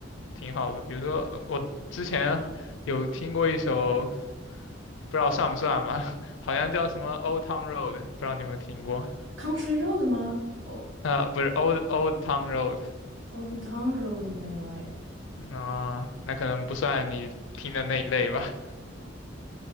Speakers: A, on the left (about 80°); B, on the right (about 75°).
A: 挺好的，比如说我之前有听过一首，不知道算不算吧，<laughs> 好像叫什么《Old Town Road》，不知道你有没有听过。
B: ，Country Road 吗？Old
A: 呃，不是 Old Old Town Road，
B: Old Town Road 没有哎，
A: 那、那可能不算你听的那一类吧。